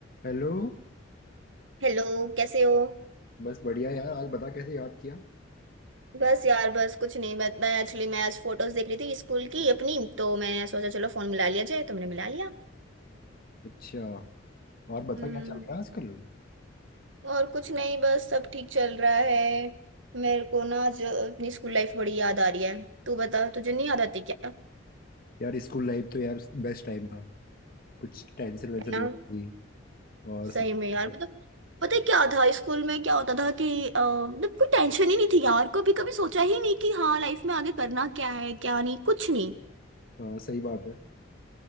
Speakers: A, on the left; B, on the right.
A: हेलो
B: Hello कैसे हो
A: बस बढ़िया यार आज बता कैसे याद किया
B: बस यार बस कुछ नहीं बस मैं एक्चुअली मैं आज फोटोज देख रही थी स्कूल की अपनी तो मैंने सोचा चलो फोन मिला लिया जाए तुमने मिला लिया
A: अच्छा और बता
B: हम्म
A: क्या चल रहा है आजकल
B: और कुछ नहीं बस सब ठीक चल रहा है मेरे को ना जो अपनी स्कूल लाइफ बड़ी याद आ रही है तू बता तुझे नहीं याद आती क्या
A: यार स्कूल लाइफ तो यार बेस्ट टाइम था कुछ टेंशन वेंशन
B: है ना
A: नहीं थी और
B: सही
A: सब
B: में
A: कुछ
B: यार
A: ऐसे।
B: मतलब पता है क्या था स्कूल में क्या होता था कि अ, मतलब कोई टेंशन ही नहीं थी यार कभी कभी सोचा ही नहीं कि हाँ लाइफ में आगे करना क्या है क्या नहीं कुछ नहीं
A: हाँ सही बात है